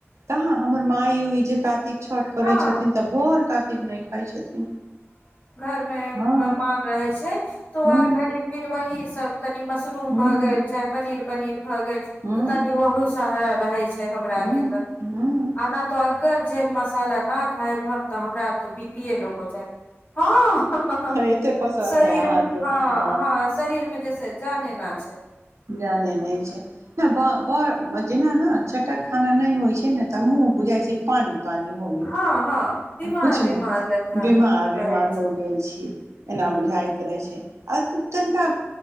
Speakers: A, on the right; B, on the left.
A: कहां हमर माय उई जे कातिक छठ करै
B: हँ
A: छथिन तब भअ्र कातिक नई खाई छथिन
B: में
A: हँ
B: मेहमान रहै छैइ तो
A: हूँ
B: आर घड़ी फिर वही सब तनी मशरूम
A: हूँ
B: भ गेल चाहे पनीर पनीर भग तऽ
A: हूँ
B: तनि ओहू सह रहै छैइ हमरा
A: हूँ
B: आरके तऽ
A: हूँ
B: आना तऽ अ घर जे मस्त च ने खएब हम तऽ हमरा तऽ बीपीए लो हो जायत हँअ्
A: एते पसन्द
B: शरीरमे
A: है अहाँके
B: हँअ्
A: हँ
B: हँअ् शरीरमें जैसे जाने न छैइ
A: ज्ञानेने नई छैइ बर ब जेना न पैखाना नई होइ छै ने तऽ मुँह बुझाइ छैइ पानी पानी हो गेल
B: हँ हँ बीमार
A: कुछ
B: बीमार लेखा
A: बिमार
B: रहै
A: बिमार
B: छै
A: हो गेल छी एना
B: ह
A: बुझायइत रहै छैइ आ तनिका